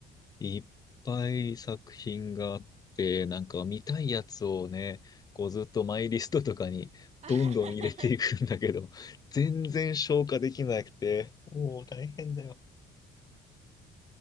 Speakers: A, on the left; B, on the right.
A: いっぱい作品があって、なんか見たいやつをね、こうずっとマイリストとかにどんどん入れていくんだけど、
B: <laughs> あはは
A: 全然消化できなくて、もう大変だよ。